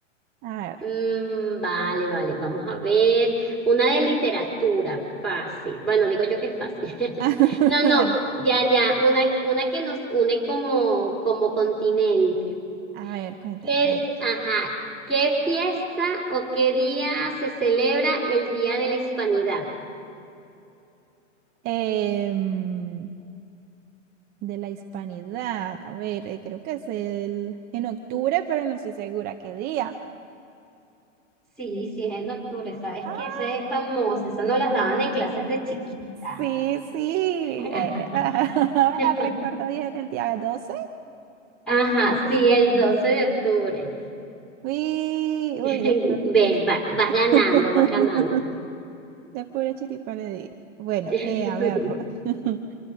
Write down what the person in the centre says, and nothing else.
Mm, vale, vale, vamos a ver. Una de literatura, fácil. Bueno, digo yo que es fácil. <laughs>
No, no,
ya, ya, una, una que nos une como, como continente.
¿Qué,
ajá, qué fiesta o qué día se celebra el Día de la Hispanidad?
Sí, sí, es en octubre, sabes
que ese es famoso, eso nos las daban en clases de chiquita.
<laughs>
Ajá, sí, el 12 de octubre.
<laughs>
Ves,
vas, vas ganando,
vas ganando.
<laughs>